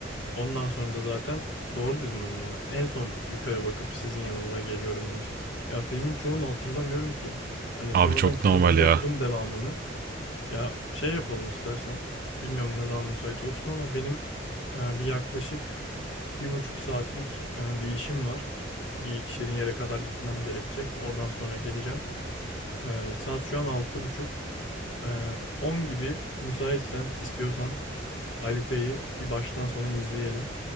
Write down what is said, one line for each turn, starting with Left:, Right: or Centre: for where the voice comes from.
Left: Ondan sonra da zaten doğru dedin onu ya. En son yukarı bakıp sizin yanınıza geliyorum demişti. Ya filmin çoğunu hatırlamıyorum ki. Hani
Right: Abi
Left: sonradan
Right: çok
Left: kitabını
Right: normal ya.
Left: da okudum devamını. Ya şey yapalım istersen. Bilmiyorum ne zaman müsait olursun ama benim e, bir yaklaşık bir buçuk saatlik e, bir işim var. Bir şirin yere kadar gitmem gerekecek. Oradan sonra geleceğim. Ee, saat şu an 6.30. Ee, on gibi müsaitsen istiyorsan Alite'yi bir baştan sona izleyelim.